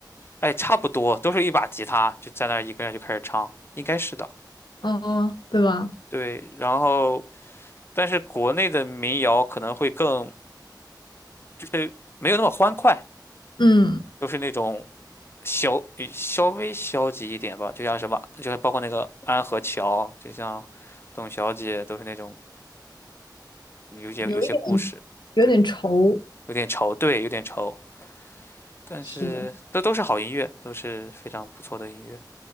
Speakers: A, on the left; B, on the left.
A: 哎，差不多都是一把吉他，就在那儿一个人就开始唱，应该是的。
B: 嗯，对吧？
A: 对，然后但是国内的民谣可能会更就是没有那么欢快，
B: 嗯，
A: 都是那种消呃稍微消极一点吧，就像什么，就是包括那个安河桥，就像董小姐，都是那种有些有些故事，
B: 有一点，有点愁。
A: 对，有点愁，对，有点愁，但是都都是好音乐，
B: 是的，
A: 都是非常不错的音乐。